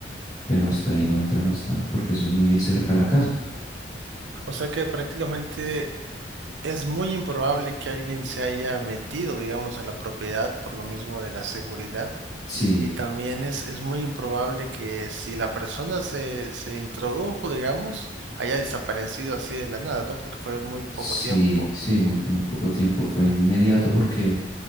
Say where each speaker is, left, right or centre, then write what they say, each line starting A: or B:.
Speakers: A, on the left; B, on the right.
A: pero hasta ahí no entran hasta, porque eso es muy cerca a la casa.
B: O sea que prácticamente Es muy improbable que alguien se haya metido, digamos, a la propiedad por lo mismo de la seguridad.
A: Sí,
B: Y también es, es muy improbable que si la persona se, se introdujo, digamos, haya desaparecido así de la nada, ¿no? Porque fue muy poco
A: sí,
B: tiempo.
A: sí, muy, muy poco tiempo, fue inmediato porque,